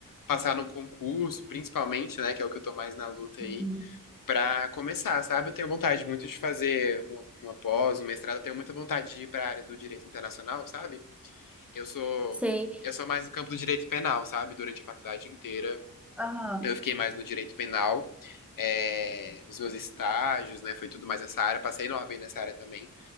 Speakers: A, on the left; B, in the centre.
A: passar num concurso, principalmente, né? Que é o que eu tô mais na luta
B: Uhum.
A: aí, pra começar, sabe? Eu tenho vontade muito de fazer uma, uma pós, um mestrado, eu tenho muita vontade de ir pra área do direito internacional, sabe? Eu sou,
B: Sei.
A: eu sou mais no campo do direito penal, sabe? Durante a faculdade inteira,
B: Aham.
A: eu fiquei mais no direito penal. É, os meus estágios, né? Foi tudo mais nessa área. Passei na OAB nessa área também.